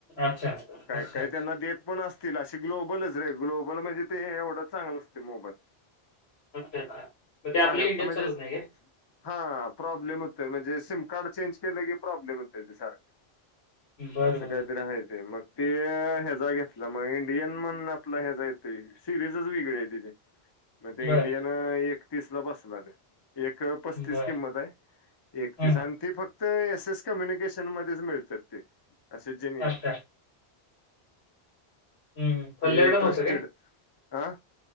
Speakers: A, on the left; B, on the left.
A: अच्छा.
B: काय
A: अच्छा.
B: काही त्यांना देत पण असतील असे ग्लोबलच रे ग्लोबल म्हणजे ते एवढं चांगलं असते मोबाईल
A: अच् मग ते
B: चांगला
A: आपले इंडियात
B: म्हणजे
A: चालत नाही का
B: हा प्रॉब्लेम होत म्हणजे सिम कार्ड चेंज केलं की प्रॉब्लेम होत ते सारखं
A: बरं,
B: असं
A: बरं,
B: काही तरी
A: बरं.
B: आहे ते मग ते ह्याचा घेतला मग इंडियन म्हणून आपला ह्याचा येतो सिरीजच वेगळी आहे त मग ते
A: बरं,
B: इंडियान एकतीस ला बसलंले एक पस्तीस
A: बरं.
B: किंमत आहे एकतीस
A: हं.
B: आणि ती फक्त एस एस कम्युनिकेशन मध्ये मिळतात ते असे जिनियन्
A: अच्छा. हं, हं. पल्ल्याकडं
B: ते ट्रस्टिड
A: नव्हतं काय?
B: हं